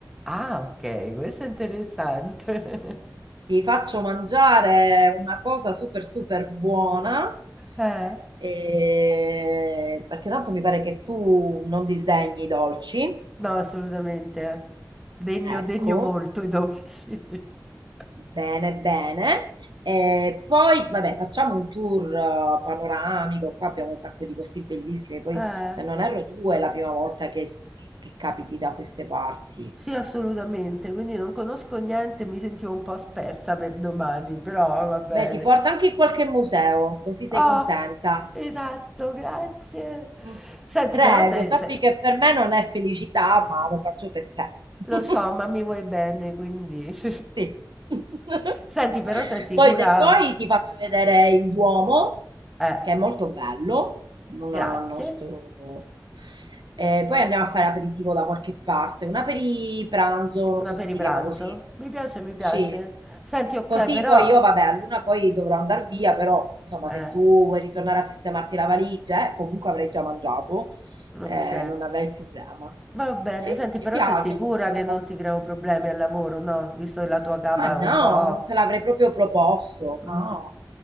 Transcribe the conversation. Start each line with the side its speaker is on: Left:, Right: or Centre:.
Centre: Ah, ok, questo è interessante.
Right: Ti faccio mangiare una cosa super super buona.
Centre: <laughs> Eh?
Right: e- Perché tanto mi pare che tu non disdegni i dolci.
Centre: No, assolutamente. Degno,
Right: Ecco,
Centre: degno molto i dolci. <laughs>
Right: bene, bene. E poi, vabbè, facciamo un tour eh, panoramico. Qua abbiamo un sacco di posti bellissimi. Poi,
Centre: Eh,
Right: se non erro, tu è la prima volta che, che che capiti da queste parti.
Centre: sì, assolutamente. Quindi non conosco niente, mi sentivo un po' spersa per domani, però va bene.
Right: Beh, ti porto anche in qualche museo, così sei
Centre: Oh,
Right: contenta.
Centre: esatto, grazie.
Right: Mm.
Centre: Senti,
Right: Prego,
Centre: però sei,
Right: sappi
Centre: sei-
Right: che per me non è felicità, ma lo faccio per te.
Centre: lo
Right: <laughs>
Centre: so, ma mi vuoi bene, quindi... <laughs>
Right: Sì. <laughs>
Centre: Senti, però sei sicura?
Right: Poi se vuoi ti faccio vedere il Duomo,
Centre: Eh,
Right: che è molto bello, una
Centre: grazie.
Right: nostro... E poi andiamo a fare aperitivo da qualche parte, un pranzo, non
Centre: Una
Right: so
Centre: per
Right: se si
Centre: i pranzo?
Right: chiama così.
Centre: Mi piace, mi piace.
Right: Sì.
Centre: Senti, ok,
Right: Così
Centre: però...
Right: poi io, vabbè, a luna poi dovrò andare via, però insomma
Centre: Eh,
Right: se tu vuoi ritornare a sistemarti la valigia, eh, comunque avrai già mangiato,
Centre: ok.
Right: eh, non avrai il problema.
Centre: Va bene,
Right: Sì,
Centre: senti,
Right: ci
Centre: però
Right: piace
Centre: sei sicura
Right: questa
Centre: che
Right: cosa.
Centre: non ti creo problemi al lavoro, no? Visto che la tua capa
Right: Ma no,
Centre: è un po'...
Right: non te l'avrei proprio proposto.
Centre: Mh.
Right: No,